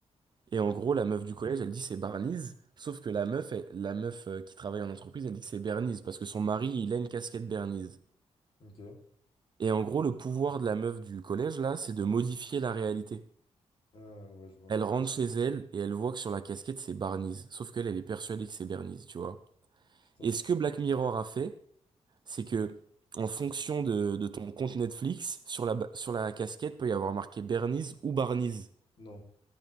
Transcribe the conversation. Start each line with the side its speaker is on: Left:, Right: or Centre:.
Right: Et en gros, la meuf du collège, elle dit c'est Barney's. Sauf que la meuf, elle- la meuf euh, qui travaille en entreprise, elle dit que c'est Bernice parce que son mari, il a une casquette Bernice.
Left: ok.
Right: Et en gros, le pouvoir de la meuf du collège, là, c'est de modifier la réalité.
Left: Ah, ouais, je vois.
Right: Elle rentre chez elle et elle voit que sur la casquette, c'est Barney's. Sauf qu'elle, elle est persuadée que c'est Bernice, tu vois.
Left: Putain,
Right: Et ce que Black Mirror a fait, c'est que, en fonction de, de ton compte Netflix, sur la, ba- sur la casquette peut y avoir marqué Bernice ou Barney's.
Left: non.